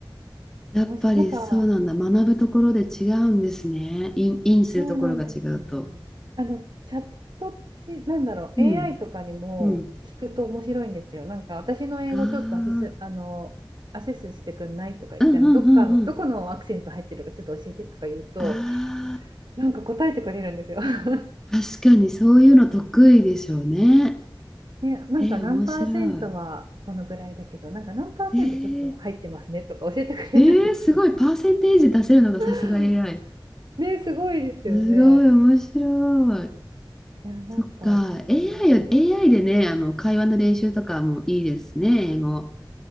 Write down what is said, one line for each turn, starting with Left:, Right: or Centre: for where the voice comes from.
Centre: やっぱりそうなんだ。
Right: 面白いなんか
Centre: 学ぶところで違うんですね。イン、インするところが違うと。
Right: そうなんですよね。あの、チャットチ、なんだろう、
Centre: うん。
Right: AI とかにも聞くと面白いんですよ。
Centre: うん。
Right: なんか、私の英語ちょっとアセス、
Centre: ああ、
Right: あの、アセスしてくんないとか言って、
Centre: うんうんうんうん。
Right: あのどっかの、どこのアクセント入ってるかちょっと教えてとか言うと、
Centre: あ
Right: なんか答えてくれるんですよ。<laughs>
Centre: あ、確かにそういうの得意でしょうね。
Right: ね、なんか何パーセントはこのぐらいだけど、
Centre: えー、面白い。
Right: なんか何パーセントちょっと入ってますねとか教えてくれるんですよ。
Centre: えー、えー、すごい、パーセンテージ出せるのがさすが
Right: <laughs>
Centre: AI。
Right: ね、すごいですよね。
Centre: すごい、面白い。
Right: いや、なんかちょっと、
Centre: そっか、AI を、AI でね、あの、会話の練習とかもいいですね、英語。